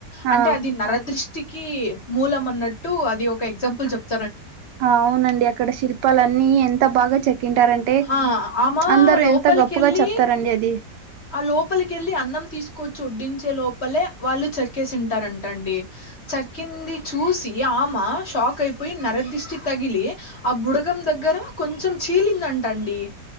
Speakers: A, on the right; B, on the left.
A: ఆ
B: అంటే అది నరదృష్టి టికి మూలం అన్నట్టు అది ఒక ఎక్సమ్పుల్ చెప్
A: అవునండి అక్కడ శిల్పాలన్నీ ఎంత బాగా చెక్ కింటారంటే
B: ఆ ఆమ
A: అందరూ
B: లోపలికెళ్ళి
A: ఎంత గొప్పగా చెప్తారండి అది.
B: ఆ లోపలికెళ్ళి అన్నం తీసుకొచ్చి ఒడ్డించే లోపలే వాళ్ళు చెక్కేసింటారంటా అండి. చక్కింది చూసి ఆమె షాక్ అయిపోయి నరదిష్టి తగిలి ఆ బుడగం దగ్గర కొంచం చీలిందంటండి